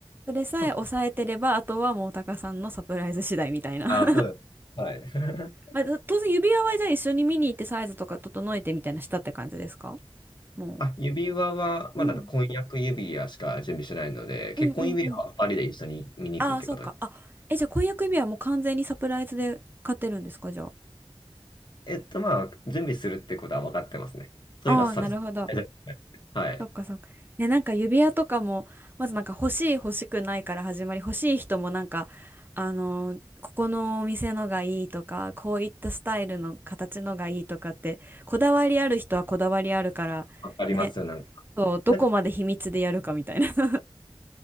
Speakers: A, on the right; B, on the left.
A: それさえ抑えてれば、
B: あと、
A: あとはもうタカさんのサプライズ次第みたいな
B: あ、
A: <laughs>
B: そうです。はい。<laughs>
A: まあ、当然指輪はじゃあ一緒に見に行ってサイズとか整えてみたいなしたって感じですかも
B: あ、指輪は、まだあの婚約指輪しか準備してないので、
A: う。うん
B: 結婚指輪はパリで一緒に見に行くってことに。
A: うんうんうん。ああ、そうか。あ、え、じゃあ婚約指輪も完全にサプライズで買ってるんですか、じゃあ。
B: えっと、まあ、準備するってことは分かってますね。そういうのはサブスク
A: ああ、なるほど。
B: <laughs> はい。
A: そっかそっか。ね、なんか指輪とかも、まずなんか欲しい欲しくないから始まり、欲しい人もなんか、あのーここのお店のがいいとか、こういったスタイルの形のがいいとかって、こだわりある人はこだわりあるから、
B: 分かりますよ、
A: ね、
B: なんか。
A: そう、どこまで秘密でやるかみたいな。
B: なんか、
A: <laughs>